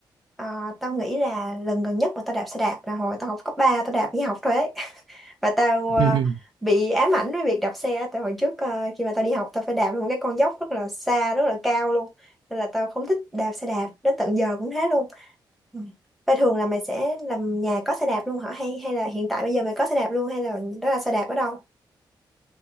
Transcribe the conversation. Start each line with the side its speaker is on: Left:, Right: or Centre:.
Centre: À, tao nghĩ là lần gần nhất mà tao đạp xe đạp là hồi tao học cấp ba tao đạp đi học thôi ấy <laughs> và tao
Right: <laughs>
Centre: ờ,
Right: ừ, ừ.
Centre: bị ám ảnh với việc đạp xe á. tại hồi trước ờ, khi mà tao đi học tao phải đạp lên một cái con dốc rất là xa rất là cao luôn nên là tao không thích đạp xe đạp đến tận giờ cũng thế luôn Ừ. Vậy thường là mày sẽ làm nhà có xe đạp luôn hả hay hay là hiện tại bây giờ mày có xe đạp luôn hay là đó là xe đạp ở đâu